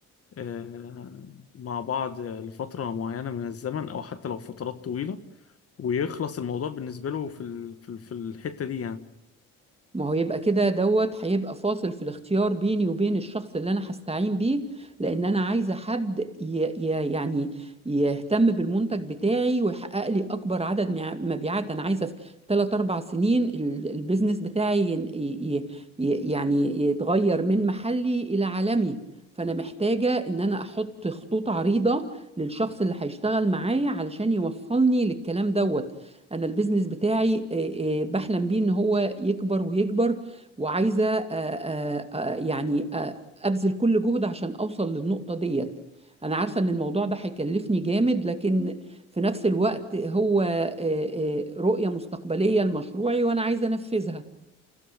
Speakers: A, on the left; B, on the right.
A: آه، مع بعض لفترة معينة من الزمن أو حتى لو فترات طويلة ويخلص الموضوع بالنسبة له في ال... في ال... في الحتة دي يعني
B: ما هو يبقى كده دوت هيبقى فاصل في الاختيار بيني وبين الشخص اللي انا هستعين بيه لان انا عايزه حد ي... ي... يعني يهتم بالمنتج بتاعي ويحقق لي اكبر عدد مع- مبيعات انا عايزه في 3 4 سنين ال- البيزنس بتاعي ين- ي... ي... يعني يتغير من محلي الى عالمي فانا محتاجه ان انا احط خطوط عريضه للشخص اللي هيشتغل معايا علشان يوصلني للكلام دوت انا البيزنس بتاعي آه، آه، بحلم بيه ان هو يكبر ويكبر وعايزه آه، آه، آه، يعني آه، ابذل كل جهد عشان اوصل للنقطه ديت انا عارفه ان الموضوع ده هيكلفني جامد لكن في نفس الوقت هو آه، آه، رؤيه مستقبليه لمشروعي وانا عايزه انفذها